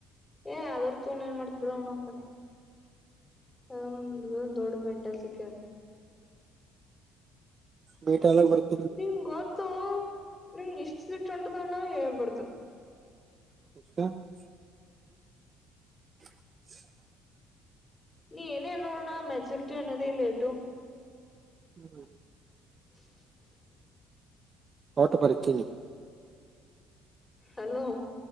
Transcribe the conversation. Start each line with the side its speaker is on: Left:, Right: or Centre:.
Left: ಏ ತಗೊಂಡ ಏನ್ ಮಾಡ್ ಬಿಡ ಅವಣ್ಣ ಕಡೆ <unintelligible> ಅದೊ ದೊಡ್ಡ ಮೆಂಟಲ್ ಸಿಕ್ಯತ್ <unintelligible>
Right: ಬೀಟ ಎಲ್ಲ ಬರ್ <unintelligible>
Left: ನಿನ್ ಗೊತ್ತು ನಂಗ ಇಷ್ಟ ಸಿಟ್ಟ ಉಂಟದಣ್ಣ ಹೇಳ್ಬಾರ್ದು <unintelligible>
Right: <unintelligible> <unintelligible>
Left: ನೀ ಏನೇ ಅ ನೋಡಣ್ಣ ಮೆಚುರಿಟಿ ಅನ್ನೊ <unintelligible> ಇಲ್ಲೇಟು
Right: ಹ್ಮ್ <unintelligible>
Left: ಹ <unintelligible>
Right: ಓಟು ಪರಿತೀನಿ <unintelligible>
Left: ಹಲೋ <unintelligible>